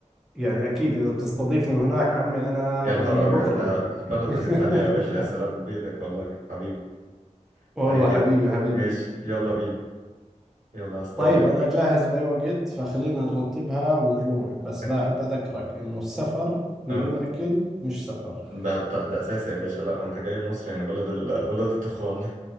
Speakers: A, in the centre; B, on the right.
A: يعني اكيد اذا بتستضيفني هناك عمي انا
B: يا
A: يعني
B: نهار ابيض
A: بكره
B: ده
A: باجي
B: بلدك
A: <laughs>
B: التانية يا باشا يا سلام بيتك والله حبيبي
A: والله
B: حبيبي
A: حبيبي حبيبي
B: ماشي يلا بينا يلا هستناك
A: طيب انا جاهز باي وقت فخلينا نرتبها ونروح بس
B: <laughs>
A: بحب اذكرك انه السفر بدون
B: اه
A: اكل مش سفر
B: ده ده اساسي يا باشا لا وانت جاي مصر يعني بلد ال... بلد التخان